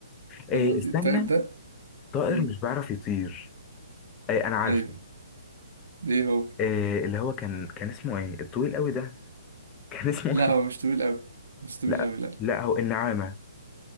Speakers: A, on the left; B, on the right.
A: إيه
B: فاهم قصدي
A: استنى
B: الطائر ده
A: طائر
B: مم.
A: مش بيعرف يطير إيه انا عارفه
B: ايوه ايه هو
A: إيه اللي هو كان كان اسمه ايه الطويل قوي ده <laughs> كان اسمه
B: لا
A: ايه
B: هو مش طويل قوي مش طويل
A: لا
B: قوي لا
A: لا هو النعامة